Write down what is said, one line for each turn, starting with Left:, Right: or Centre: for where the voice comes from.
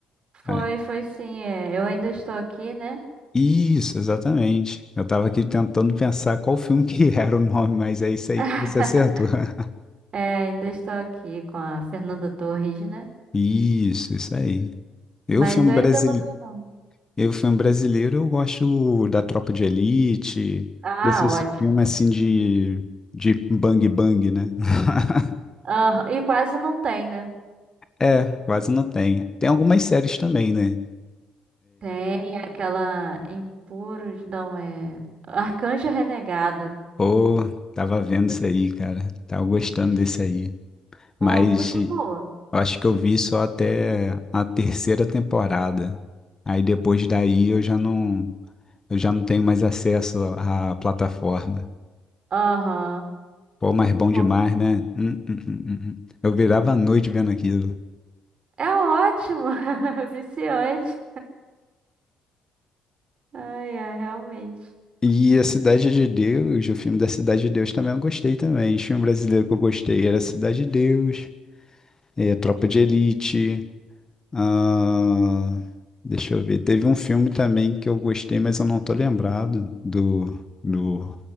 Right: foi,
Left: É,
Right: foi sim, é. Eu ainda estou aqui, né?
Left: isso, exatamente. Eu tava aqui tentando pensar qual filme que <laughs> era o nome, mas é isso aí
Right: <laughs>
Left: que você acertou. <laughs>
Right: É, ainda estou aqui com a Fernanda Torres, né?
Left: Isso, isso aí. Eu,
Right: Mas
Left: filme
Right: eu
Left: brasile...
Right: ainda não vi, não.
Left: eu, filme brasileiro, eu gosto da Tropa de Elite,
Right: Ah,
Left: desses
Right: ótimo.
Left: filmes assim de, de bang bang, né? <laughs>
Right: Aham, e quase não tem, né?
Left: É, quase não tem. Tem algumas séries também, né?
Right: Tem aquela Impuros, não é. Arcanjo Renegado.
Left: Pô, tava vendo
Right: Gos-
Left: isso aí, cara. Tava gostando
Right: gos-
Left: desse aí.
Right: Pô,
Left: Mas
Right: muito
Left: eu
Right: boa.
Left: acho que eu vi só até a terceira temporada. Aí depois daí eu já não, eu já não tenho mais acesso à plataforma.
Right: Aham.
Left: Pô, mas bom
Right: Pô,
Left: demais, né? Hum, hum, hum, hum, hum. Eu virava a noite vendo aquilo.
Right: É ótimo. <laughs> Viciante. Ai, ai, realmente.
Left: E a Cidade de Deus, o filme da Cidade de Deus também eu gostei também. O filme brasileiro que eu gostei era Cidade de Deus, eh, Tropa de Elite. Ah, deixa eu ver. Teve um filme também que eu gostei, mas eu não tô lembrado do, do,